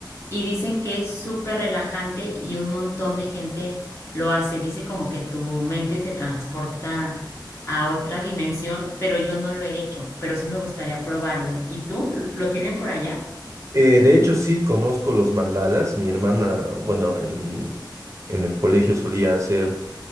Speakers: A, on the left; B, on the right.
A: Y dicen que es súper relajante y un montón de gente lo hace. Dice como que tu mente te transporta a otra dimensión, pero yo no lo he hecho, pero sí me gustaría probarlo. ¿Y tú? ¿Lo tienen por allá?
B: Eh, de hecho, sí, conozco los mandalas. Mi hermana, bueno, en, en el colegio solía hacer